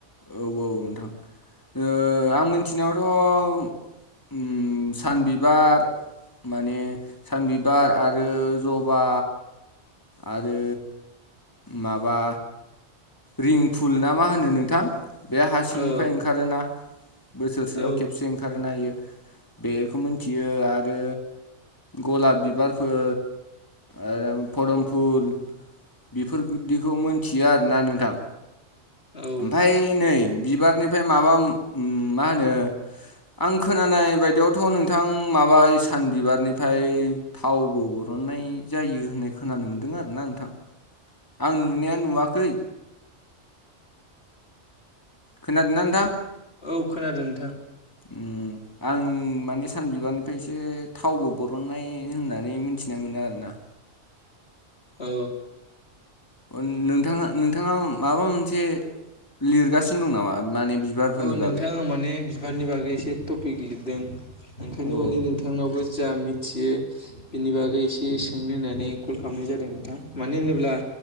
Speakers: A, on the left (about 15°); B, on the left (about 60°).
A: औ औ नोंथां ओ आं मिथिनायावथ' उम सान बिबार, माने सान बिबार आरो जबा आरो माबा रिंफुल ना मा होनो नोंथां? बे हा सिंनिफ्राय
B: औ
A: ओंखारोना। बोसोरसेयाव
B: औ
A: खेबसे ओंखारोना यो बेखौ मिथियो आरो गलाब बिबारफोर ओ पदमफुल बेफोरदिखौ मोनथियो आरोना नोंथां।
B: औ
A: ओमफाय नै बिबारनिफ्राय माबा उम मा होनो? आं खोनानाय बायदियावथ' नोंथां माबा इसान बिबारनिफ्राय थावबो गर हननाय जायो होननाय खोनानो मोन्दों आरोना नोंथां आं नुनाया नुवाखै। खोनादोंना नोंथां?
B: औ खोनादों नोंथां।
A: उम आं माने सानबिबारनिफ्रायसो थावबो बरननाय होननानै मिथिनाय मोनो आरोना।
B: औ।
A: ओ नोंथाङा नोंथाङा माबा मोनसे लिरगासिनो दं नामा माने बिबारफोरनि
B: औ नोंथां
A: बागै
B: आं माने बिबारनि बागै एसे टपिक लिरदों। ओंखायनो
A: औ
B: माने नोंथांनावबो जा मिथियो बिनि बागै एसे सोंनो होननानै कल खालामनाय जादों नोंथां। मानो होनोब्ला